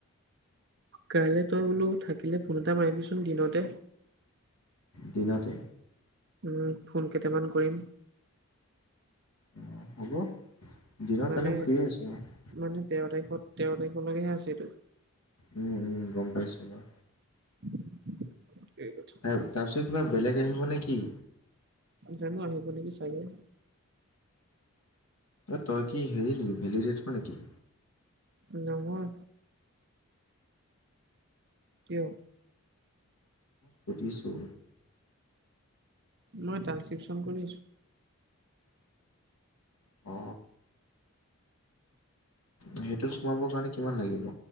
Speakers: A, on the right (about 50°); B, on the left (about 85°).
A: কাইলৈ তই বোলো থাকিলে ফোন এটা মাৰিবিচোন দিনতে।
B: দিনতে।
A: উম ফোন কেইটামান কৰিম।
B: অ হ'ব দিনত
A: মানে
B: কাইলে ফ্ৰীয়ে আছো বাৰু।
A: মানে তেৰ তাৰিখত তেৰ তাৰিখলৈকেহে আছে এইটো।
B: উম উম গম পাইছোঁ মই
A: <unintelligible>
B: তাৰ তাৰপিছত কিবা বেলেগ আহিব নে কি?
A: জানো আহিব নেকি চাগে।
B: এ তই কি হেৰি নেকি ভেলিডটৰ নেকি?
A: নহয়। কিয়?
B: সুধিছোঁ
A: মই ট্ৰেনস্ক্ৰিপচন কৰি আছো।
B: অ। সেইটোত সোমাবৰ কাৰণে কিমান লাগিব?